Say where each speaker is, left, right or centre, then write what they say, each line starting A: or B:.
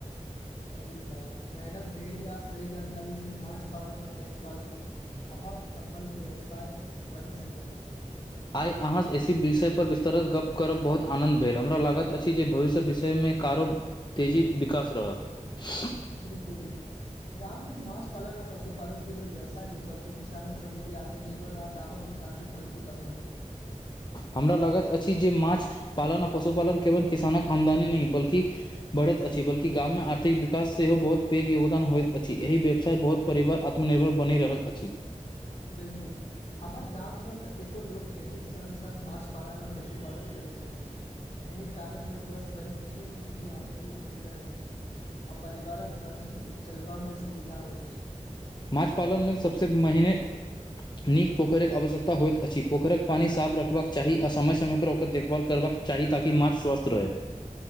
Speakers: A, on the left; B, on the left.
A: सही बात मेहनत धेर्य आ सही जानकारी से माछ पालन आ पशुपालन। बहुत सफल व्यवसाय बनि सकैत अति।
B: आई अहाँ एहिसी विषयपर विस्तरत गप्प करब बहुत आनन्द भेल हमरा लागत अछि जे भविष्य विषयमे कारो। तेजी विकास रहत
A: बिलकुल गाँव मे माछ पालन आ पशुपालन केवल व्यवसाय नहि बलकी किसानक समृद्धि आ। निर्भर आ गामक विकासक मजबूत आधार है।
B: हमरा लागैत अछि जे माँछ पालन आ पशुपालन केवल किसानक आमदनी नहि बल्कि बढ़ैत अछि बलकी गाव मे आर्थिक विकास सेहो बहुत पैघ योगदान होइत अछि एहि व्यवसाय बहुत। परिवार आत्मनिर्भर बनि रहल अछि।
A: बिलकुल। हमर गाव मे कतेको लोक खेतीक संग संग माछ पालन आ पशुपालन करैत छथिन। एहि कारण मे बस बड़ी किछु ने किछु आमदनी होइत रहैत अछि। आ परिवारक खर्च चलबा मे सुविधा होइत अछि।
B: माँछ पालन लेल सबसे महिने नीक पोखेरिक आवश्यकता होइत अछि पोखेरिके पानी साफ रखबाक चाही आ समय समय पर ओकर देखभाल करबाक चाही ताकि माछ स्वस्थ रहै